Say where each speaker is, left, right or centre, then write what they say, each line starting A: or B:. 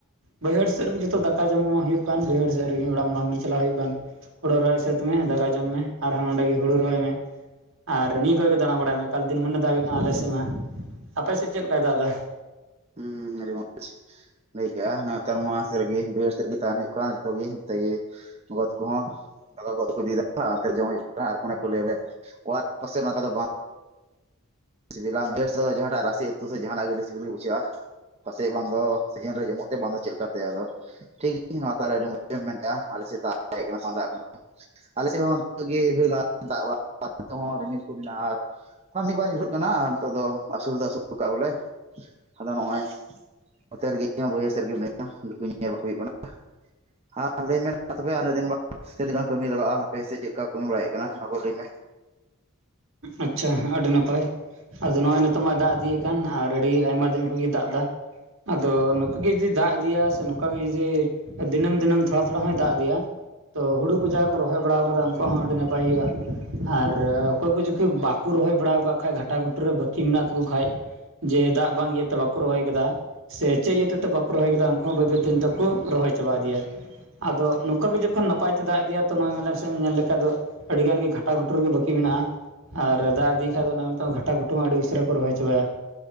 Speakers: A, on the right (about 65°); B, on the right (about 30°).
A: ᱵᱟᱹᱭᱦᱟᱹᱲ ᱥᱮᱫ ᱨᱮᱜᱮ ᱡᱚᱛᱚ ᱫᱟᱠᱟ ᱡᱚᱢ ᱠᱩᱢᱟ ᱦᱩᱭᱩᱜ ᱠᱟᱱ ᱵᱟᱹᱭᱦᱟᱹᱲ ᱥᱮᱫ ᱨᱮ ᱜᱮ ᱚᱲᱟᱜ ᱢᱟ ᱵᱟᱝ ᱜᱮ ᱪᱟᱞᱟᱜ ᱦᱩᱭᱩᱜ ᱠᱟᱱ ᱦᱳᱲᱳ ᱨᱚᱦᱚᱭ ᱥᱟᱹᱛ ᱢᱮ ᱫᱟᱠᱟ ᱡᱚᱢ ᱢᱮ ᱟᱨᱦᱚᱸ ᱱᱚᱸᱰᱮ ᱜᱮ ᱦᱩᱲᱩ ᱨᱚᱦᱚᱭ ᱢᱮ ᱟᱨ ᱱᱤᱭᱟᱹ ᱠᱚᱨᱮ ᱜᱮ ᱫᱟᱬᱟ ᱵᱟᱲᱟᱭ ᱢᱮ ᱮᱠᱟᱞ ᱫᱤᱱᱢᱟᱱᱮ ᱫᱟᱜ ᱦᱩᱭᱩᱜ ᱠᱟᱱ ᱟᱞᱮ ᱥᱮᱫ ᱢᱟ ᱟᱯᱮ ᱥᱮᱫ ᱪᱮᱫ ᱞᱮᱠᱟᱭ ᱫᱟᱜ ᱫᱟ
B: ᱦᱩᱸ ᱟᱰᱤ ᱢᱚ <inaudible> ᱞᱟᱹᱭ ᱠᱟᱜ-ᱟ ᱱᱚᱣᱟ ᱛᱟᱨ ᱢᱟ ᱥᱮᱜ ᱨᱮᱜᱮ ᱵᱟ. ᱭᱦᱟ. ᱲ ᱥᱮᱫ ᱨᱮᱜᱮ ᱛᱟᱦᱮᱸᱱ ᱦᱩᱭᱩᱜ ᱠᱟᱱ ᱡᱚᱛᱚ ᱜᱮ ᱱᱚᱛᱮᱜᱮ ᱜᱚᱜᱚ ᱛᱟᱠᱚ ᱦᱚᱸ ᱫᱟᱫᱟ ᱛᱟᱠᱚ ᱫᱤᱫᱟ <inaudible> ᱚᱱᱛᱮ ᱨᱮ ᱡᱚᱢ ᱦᱩᱭᱩᱜ ᱠᱟᱱᱟ ᱟᱨ ᱚᱱᱮ ᱠᱚ ᱞᱟᱹᱭ ᱢᱮ ᱚᱲᱟᱜ ᱯᱟᱥᱮ ᱱᱚᱣᱟ ᱠᱚᱫᱚ ᱵᱟᱝ ᱥᱤᱵᱤᱞᱟ <unintelligible> ᱡᱟᱦᱟ ᱴᱟᱜ ᱨᱟᱥᱤ ᱩᱛᱩ ᱥᱮ ᱡᱟᱦᱟᱱᱟᱜ ᱜᱟᱹᱰᱤ ᱥᱤᱵᱤᱞᱤ ᱜᱮ ᱵᱩᱡ ᱪᱩᱜ-ᱟ ᱯᱟᱥᱮᱡ ᱵᱟᱝ ᱫᱚ ᱥᱤᱡᱤᱱ ᱨᱮ ᱡᱚᱢᱚᱜ ᱛᱮ ᱵᱟᱝᱫᱚ ᱪᱮᱫ ᱞᱮᱠᱟᱛᱮ ᱟᱫᱚ ᱴᱷᱤ <inaudible> ᱱᱚᱣᱟ ᱛᱟᱨᱮ ᱟᱹᱰᱤ ᱢᱚᱸᱡᱽ ᱮᱢ ᱢᱮᱱᱠᱼᱟ ᱟᱞᱮᱥᱮᱫ ᱫᱟᱜ <inaudible> ᱦᱮᱡ ᱠᱟᱱᱟ ᱥᱮ ᱵᱟᱝ ᱫᱟᱜ <inaudible> ᱱᱟ ᱟᱞᱮᱥᱮᱫ ᱦᱚ ᱱᱤᱛᱚᱜ ᱜᱮ <inaudible> ᱜᱟᱨ ᱞᱟᱦᱟ <inaudible> ᱫᱟᱜ ᱵᱟᱲᱟ ᱱᱤᱛᱚᱜ ᱦᱚ ᱨᱤᱢᱤᱞ ᱠᱚ ᱢᱮᱱᱟᱜᱼᱟ ᱟᱨ ᱠᱟ ᱢᱤᱫ ᱵᱟᱨ ᱧᱩᱨᱦᱟᱹᱜ ᱠᱟᱱᱟ ᱟᱨ ᱱᱤᱛᱚᱜ ᱫᱚ ᱟᱹᱥᱩᱲ ᱫᱚ ᱟᱹᱥᱩ <inaudible> ᱠᱟᱜᱼᱟ ᱵᱚᱞᱮ ᱟᱫᱚ ᱱᱚᱜᱼᱚᱭ ᱱᱚᱛᱮ ᱨᱮᱜᱮ <inaudible> ᱤᱧᱦᱚ ᱵᱟᱹᱭᱦᱟᱹᱲ ᱥᱮᱫ ᱨᱮᱜᱮ ᱢᱤᱱᱟᱹ <inaudible> ᱟ <inaudible> ᱟ <inaudible> ᱫᱤᱱᱟᱜ ᱫᱤᱱ ᱜᱟᱱ ᱠᱟᱹᱢᱤ ᱞᱟᱜᱟᱜᱼᱟ ᱦᱟᱯᱮ ᱥᱮ ᱪᱮᱫᱠᱟ ᱠᱟᱹᱢᱤ ᱵᱟᱲᱟᱭᱮᱜ ᱠᱟᱱᱟ ᱚᱱᱟ ᱠᱚ ᱞᱟᱹᱭ ᱢᱮ
A: ᱟᱪᱪᱷᱟ ᱟᱹᱰᱤ ᱱᱟᱯᱟᱭ ᱟᱫᱚ ᱱᱚᱜ ᱚᱭ ᱱᱤᱛᱚᱜ ᱢᱟᱭ ᱫᱟᱜ ᱤᱫᱤᱭᱮᱫ ᱠᱟᱱ ᱟᱨ ᱟᱹᱰᱤ ᱟᱭᱢᱟ ᱫᱤᱱ ᱠᱷᱚᱜᱮ ᱫᱟᱜ ᱫᱟ ᱟᱫᱚ ᱱᱚᱝᱠᱟᱜ ᱜᱮ ᱡᱩᱫᱤ ᱫᱟᱜ ᱤᱫᱤᱭᱟ ᱥᱮ ᱱᱚᱝᱠᱟ ᱜᱮ ᱡᱩᱫᱤ ᱫᱤᱱᱟ. ᱢ ᱫᱤᱱᱟᱹᱢ ᱛᱷᱚᱲᱟ ᱛᱷᱚᱲᱟ ᱦᱚᱭ ᱫᱟᱜ ᱤᱫᱤᱭᱟ ᱛᱚ ᱦᱩᱲᱩ ᱠᱚ ᱡᱟᱦᱟᱭ ᱠᱚ ᱨᱚᱦᱚᱭ ᱵᱟᱲᱟᱣ ᱠᱟᱫᱟ ᱩᱱᱠᱩᱣᱟᱜ ᱦᱚ ᱟᱹᱰᱤ ᱱᱟᱯᱟᱭ ᱦᱩᱭᱩᱜᱼᱟ ᱟᱨ ᱚᱠᱚᱭ ᱠᱚ ᱡᱚᱠᱷᱟᱡ ᱵᱟᱠᱚ ᱨᱚᱦᱚᱭ ᱵᱟᱲᱟᱹᱣ ᱠᱟᱜ ᱠᱷᱟᱡ ᱜᱷᱟᱴᱟ ᱜᱷᱩᱴᱩ ᱨᱮ ᱵᱟᱹᱠᱤ ᱢᱮᱱᱟᱜ ᱛᱟᱠᱚ ᱠᱷᱟᱡ ᱡᱮ ᱫᱟᱜ ᱵᱟᱝ ᱤᱭᱟᱹᱛᱮ ᱵᱟᱠᱚ ᱨᱚᱦᱚᱭ ᱠᱟᱫᱟ ᱥᱮ ᱪᱮᱫ ᱤᱭᱟᱹ ᱛᱮᱛᱮ ᱵᱟᱠᱚ ᱨᱚᱦᱚᱭ ᱠᱟᱫᱟ ᱩᱱᱠᱩ ᱦᱚ ᱵᱟᱹᱭ ᱵᱟᱹᱭ ᱛᱮ ᱱᱤᱛᱚᱜ ᱠᱚ ᱨᱚᱦᱚᱭ ᱪᱟᱵᱟ ᱤᱫᱤᱭᱟ ᱟᱫᱚ ᱱᱚᱝᱠᱟ ᱜᱮ ᱡᱚᱠᱷᱚᱱ ᱱᱟᱯᱟᱭ ᱛᱮ ᱫᱟᱜ ᱤᱫᱤᱭᱟ ᱛᱚ ᱱᱚᱭ ᱢᱮᱞᱮ ᱢᱮᱥᱮ ᱮᱢ ᱧᱮᱞ ᱞᱮᱠᱷᱟᱡ ᱫᱚ ᱟᱹᱰᱤ ᱜᱟᱱ ᱜᱮ ᱜᱷᱟᱴᱟ ᱜᱷᱩᱴᱩ ᱨᱮ ᱵᱟᱹᱠᱤ ᱢᱮᱱᱟᱜᱼᱟ ᱟᱨ ᱫᱟᱜ ᱤᱫᱤ ᱠᱷᱟᱡ ᱚᱱᱟ ᱢᱟ ᱫᱚ ᱜᱷᱟᱴᱟ ᱜᱷᱩᱴ ᱴᱩ ᱟᱹᱰᱤ ᱩᱥᱟᱹᱨᱟ ᱠᱚ ᱨᱚᱦᱚᱭ ᱪᱟᱵᱟᱭᱟ